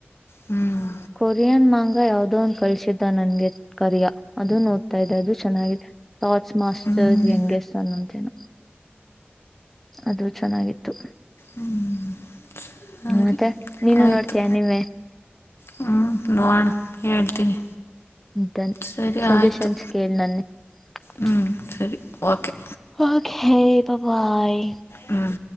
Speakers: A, on the left; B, in the centre.
A: ಹ್ಞೂ
B: ಕೊರಿಯನ್ ಮಾಂಗ ಯಾವ್ದೋ ಒಂದ್ ಕಳಸಿದ್ದ ನನ್ಗೆ. ಕರಿಯಾ. ಅದು ನೋಡ್ತಾ ಇದೆ ಅದು ಚೆನ್ನಾಗಿದೆ ಟೌಗ್ಟ್ಸ್ ಮಾಸ್ಟರ್
A: ಹ್ಞೂ
B: ಯಂಗೆಸ್ಟ್ ಅನ್ನಂತೇ ನ ಅದು ಚೆನ್ನಾಗಿತ್ತು.
A: ಹ್ಞೂ ಹ್ಞೂ ಸರಿ
B: ಮತ್ತೆ ನೀನು
A: ಆಯಿತು
B: ನೋಡ್ತೀಯಾ ಅನಿಮೆ.
A: ಹ್ಞೂ ನೋಡೋಣ ಹೇಳ್ತೀನಿ.
B: ಡನ್
A: ಸರಿ
B: ಸಜೆಷನ್
A: ಆಯಿತು
B: ಕೇಳಿ ನನ್ನ ಒಕ್ಕ್.
A: ಹ್ಞೂ ಸರಿ ಓಕೆ
B: ಓಕೆ ಬಾಯ್.
A: ಹ್ಮ್.